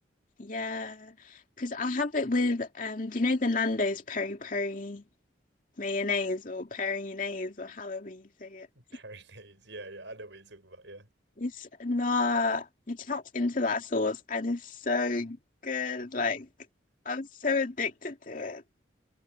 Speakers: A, on the left (about 45°); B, on the right (about 80°).
A: Yeah. Because I have it with, um, do you know the Nando's peri peri mayonnaise or peri-nase or however you say it?
B: Mayonnaise, yeah, yeah, I know what you're talking about, yeah.
A: It's nah, you tapped into that sauce and it's so good. Like, I'm so addicted to it.